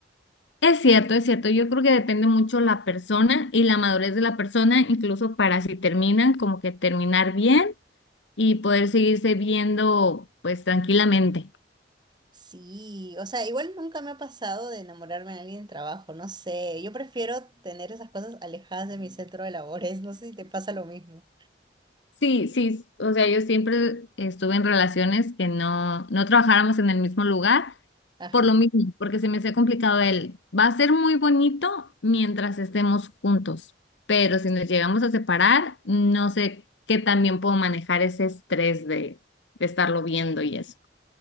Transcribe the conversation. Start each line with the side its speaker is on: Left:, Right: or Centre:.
Left: Es cierto, es cierto. Yo creo que depende mucho la persona y la madurez de la persona, incluso para si terminan, como que terminar bien y poder seguirse viendo pues tranquilamente.
Right: Sí, o sea, igual nunca me ha pasado de enamorarme de alguien en trabajo, no sé, yo prefiero tener esas cosas alejadas de mi centro de labores, <laughs> no sé si te pasa lo mismo.
Left: Sí, sí, o sea, yo siempre estuve en relaciones que no, no trabajáramos en el mismo lugar
Right: Ajá,
Left: por lo mismo, porque se me hacía complicado él. Va a ser muy bonito mientras estemos juntos, pero si nos llegamos a separar, no sé qué también puedo manejar ese estrés de, de estarlo viendo y eso.